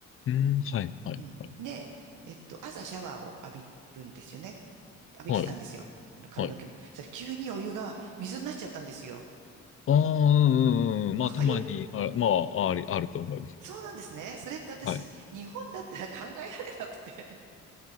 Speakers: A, on the left; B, on the right.
A: うん、はい、はい、
B: うん。
A: はい。
B: で、えっと、朝シャワーを浴びるんですよね。浴びてたんですよ。
A: はい、
B: あの、髪の毛も。
A: はい。
B: それ、急にお湯が水になっちゃったんですよ。
A: ああ、うん、うん、うん。まあ、
B: わかります
A: たまに、あ、まあ、あり、あると思います。
B: そうなんですね。それって私、
A: はい。
B: 日本だったら考えられなくて。